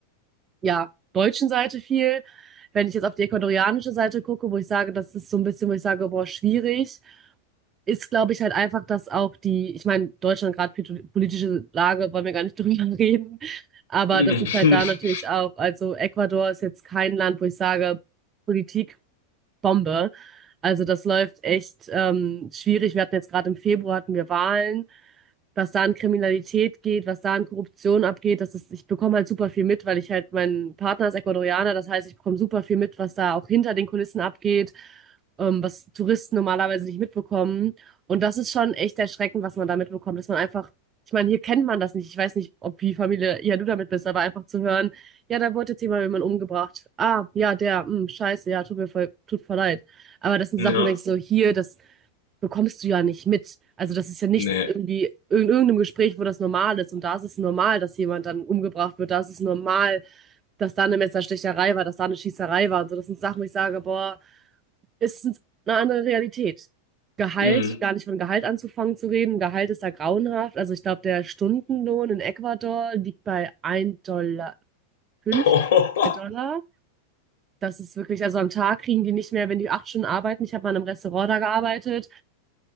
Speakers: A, on the right; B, on the left.
A: ja, deutschen Seite viel. Wenn ich jetzt auf die ecuadorianische Seite gucke, wo ich sage, das ist so ein bisschen, wo ich sage, boah, schwierig, ist, glaube ich, halt einfach, dass auch die, ich meine, Deutschland gerade politische Lage, wollen wir gar nicht <laughs> drüber reden, aber
B: <laughs>
A: das ist halt da natürlich auch, also Ecuador ist jetzt kein Land, wo ich sage, Politik Bombe. Also das läuft echt ähm, schwierig. Wir hatten jetzt gerade im Februar hatten wir Wahlen. Was da an Kriminalität geht, was da an Korruption abgeht, das ist, ich bekomme halt super viel mit, weil ich halt, mein Partner ist Ecuadorianer, das heißt, ich bekomme super viel mit, was da auch hinter den Kulissen abgeht, ähm, was Touristen normalerweise nicht mitbekommen. Und das ist schon echt erschreckend, was man da mitbekommt, dass man einfach, ich meine, hier kennt man das nicht. Ich weiß nicht, ob wie Familie, ja, du damit bist, aber einfach zu hören, ja, da wurde jetzt jemand jemand umgebracht. Ah, ja, der, hm, scheiße, ja, tut mir voll, tut voll leid. Aber das sind
B: ja,
A: so Sachen, wo du denkst, so hier, das bekommst du ja nicht mit. Also das ist ja nichts
B: nee.
A: irgendwie in irgendeinem Gespräch, wo das normal ist. Und da ist es normal, dass jemand dann umgebracht wird. Da ist es normal, dass da eine Messerstecherei war, dass da eine Schießerei war. Und so, das sind Sachen, wo ich sage, boah, ist es eine andere Realität. Gehalt,
B: Mm.
A: gar nicht von Gehalt anzufangen zu reden. Gehalt ist da grauenhaft. Also ich glaube, der Stundenlohn in Ecuador liegt bei 1,80 Dollar,
B: <laughs>
A: 2
B: Boah,
A: Dollar. Das ist wirklich, also am Tag kriegen die nicht mehr, wenn die acht Stunden arbeiten. Ich habe mal in einem Restaurant da gearbeitet.